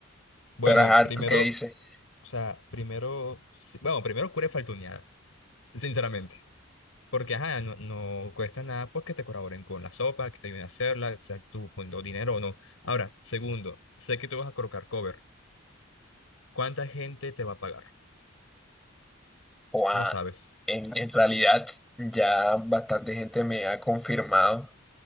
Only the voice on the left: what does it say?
Bueno,
primero,
o sea, primero, sí, bueno, primero cura faltuneada, sinceramente. Porque, ajá, no, no cuesta nada porque te colaboren con la sopa, que te ayuden a hacerla, o sea, tú poniendo dinero o no. Ahora, segundo, sé que tú vas a colocar cover. ¿Cuánta gente te va a pagar?
No sabes.